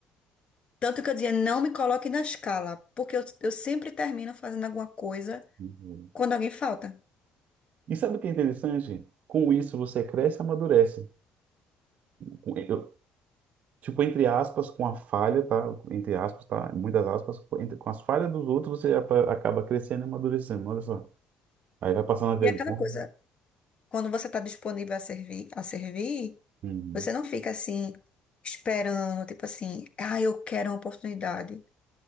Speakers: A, on the left; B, on the right.
A: Tanto que eu dizia, não me coloque na escala, porque eu, eu sempre termino fazendo alguma coisa
B: Uhum.
A: quando alguém falta.
B: E sabe o que é interessante? Com isso você cresce e amadurece. Com- eu- tipo, entre aspas, com a falha, tá? Entre aspas, tá? Muitas aspas, com entre- com as falhas dos outros você apa- acaba crescendo e amadurecendo. Olha só. Aí vai passando a vergonha.
A: E é aquela coisa, quando você está disponível a servir, a servir,
B: Uhum.
A: você não fica assim, esperando, tipo assim, ah, eu quero uma oportunidade.